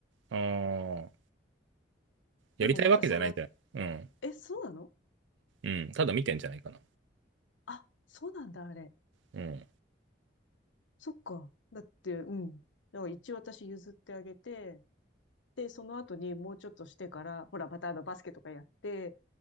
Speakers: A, on the right (about 80°); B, on the left (about 85°).
A: ああ、やりたいわけじゃないじゃん。
B: でもまたその、
A: うん。
B: え、そうなの
A: うん。ただ見てんじゃないかな。
B: あ、そうなんだ、あれ。
A: うん。
B: そっか。だって、うん。だから一応私譲ってあげて、で、その後にもうちょっとしてから、ほら、またあのバスケとかやって、